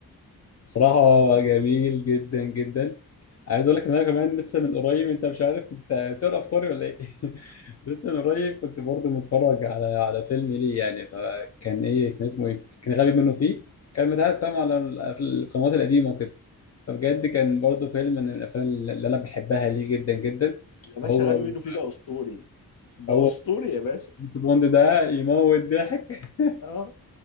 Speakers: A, on the left; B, on the left.
A: بصراحة جميل جدا جدا عايز اقول لك ان انا كمان لسه من قريب انت مش عارف انت تقرا افكاري ولا ايه <laughs> لسه من قريب كنت برضه متفرج على على فيلم ليه يعني فكان ايه كان اسمه ايه كان غبي منه فيه كان متعاد فاهم على ال- في القنوات القديمة وكده فبجد كان برضه فيلم من الافلام اللي انا بحبها ليه جدا جدا
B: يا باشا
A: هو
B: غبي
A: و-
B: منه فيه ده اسطوري ده
A: هو
B: اسطوري يا باشا
A: جيمس بوند ده يموت ضحك <laughs>
B: اه